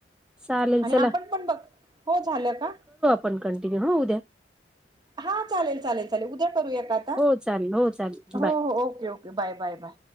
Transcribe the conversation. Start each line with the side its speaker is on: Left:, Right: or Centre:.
Centre: चालेल
Right: आणि
Centre: चला
Right: आपण पण बघ, हो झालं का?
Centre: पण कंटिन्यू हो उद्या.
Right: हा चालेल चालेल चालेल, उद्या करूया का आता,
Centre: हो चालेल हो चालेल
Right: हो
Centre: बाय
Right: हो okay okay bye bye bye.